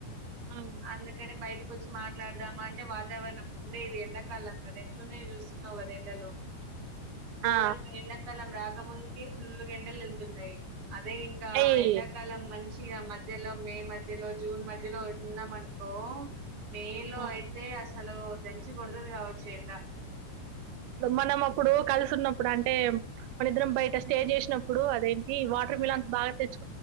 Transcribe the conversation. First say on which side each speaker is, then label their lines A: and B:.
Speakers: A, on the right; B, on the right.
A: అవును.
B: అందుకనే బైట్ కొచ్చి మాట్లాడదాం అంటే వాతావరనం ముందే ఇది ఎండాకాలం గదా ఎట్లునై జుస్తున్నావ్ గదా ఎండలు గోరంగ్గా
A: ఆ!
B: ఎండాకాలం రాకముందుకి ఫుల్ గా ఎండలు వెళ్తున్నాయి అదే ఇంకా
A: అయి
B: ఎండాకాలం మంచి ఆ మధ్యలో మే మధ్యలో జూన్ మధ్యలో ఉన్నాం అనుకో మేలో
A: హ్మ్.
B: అయితే అసల చలో దంచి కొడుతురు కావచ్చు ఎండ
A: మనం అప్పుడు కలిసున్నప్పుడు అంటే మన ఇద్దరం బయట స్టే చేసినప్పుడు అదేంటి వాటర్ మిలాన్ బాగా తెచ్చు